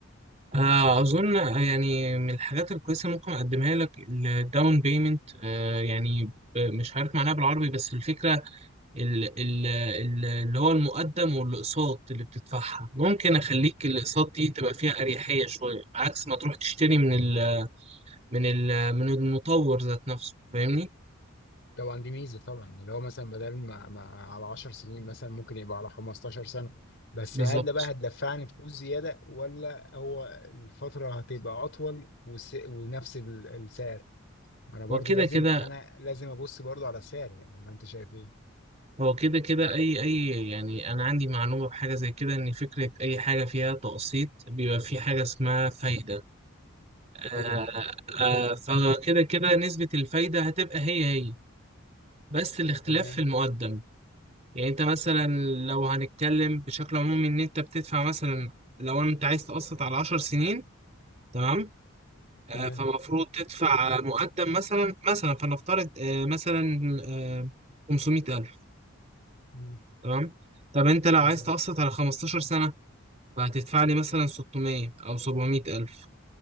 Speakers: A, on the right; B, on the left.
A: آه اظن آه، يعني من الحاجات الكويسه ممكن اقدمها لك الداون بيمنت آه يعني آه، مش عارف معناها بالعربي بس الفكره ال- ال- ال- اللي هو المقدم والاقساط اللي بتدفعها ممكن اخليك الاقساط دي تبقى فيها اريحيه شويه عكس ما تروح تشتري من ال من ال من المطور ذات نفسه فاهمني
B: طبعا دي ميزه طبعا اللي هو مثلا بدل ما, ما على 10 سنين مثلا ممكن يبقى على 15 سنه بس
A: بالظبط
B: هل ده بقى هتدفعني فلوس زياده ولا هو الفتره هتبقى اطول والس... ونفس ال- السعر ما انا برضو
A: وكده
B: لازم
A: كده
B: انا لازم ابص برضو على السعر يعني ولا انت شايف ايه
A: هو كده كده اي اي يعني انا عندي معلومه بحاجه زي كده ان فكره اي حاجه فيها تقسيط بيبقى في حاجه اسمها فايده آه
B: طبعا
A: آه فكده كده نسبه الفايده هتبقى هي هي بس الاختلاف
B: تمام
A: في المقدم يعني انت مثلا لو هنتكلم بشكل عمومي ان انت بتدفع مثلا لو انت عايز تقسط على 10 سنين تمام آه،
B: تمام
A: فمفروض تدفع مقدم مثلا مثلا فنفترض آه، مثلا آه، 500000
B: مم.
A: تمام طب انت لو
B: تمام
A: عايز تقسط على 15 سنة فهتدفع لي مثلا 600 او 700000